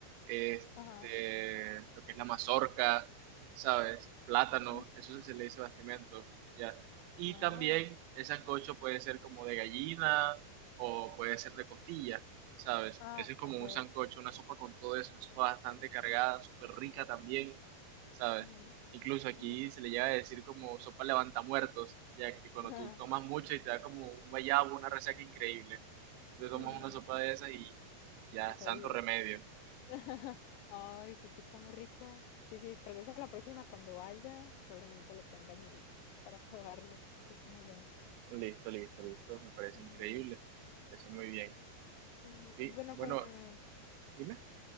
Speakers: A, on the right (about 80°); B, on the left (about 80°).
A: este,
B: Ajá.
A: lo que es la mazorca, ¿sabes? Plátano,
B: ujú,
A: eso se le dice bastimento, ¿ya? Y
B: Ah,
A: también el sancocho puede ser como de gallina o puede ser de costilla. ¿sabes?
B: ah,
A: Ese es como
B: ok.
A: un sancocho, una sopa con todo eso, una sopa bastante cargada, súper rica también, ¿sabes?
B: ujú,
A: Incluso aquí
B: ujú,
A: se le llega a decir como sopa levantamuertos, ya que cuando
B: ajá,
A: tú tomas mucho y te da como un guayabo, una resaca increíble, te tomas
B: mm,
A: una sopa de esas y, y ya,
B: Te revive.
A: santo remedio.
B: <laughs> Ay, se escucha muy rico. Sí, sí, tal vez a la próxima cuando vaya, probablemente lo tenga en mi lista para <laughs> probarlo. Se escucha muy bueno.
A: Listo, listo, listo, me parece
B: Ujú,
A: increíble, eso muy bien.
B: ujú,
A: Y,
B: Bueno,
A: bueno,
B: con,
A: dime,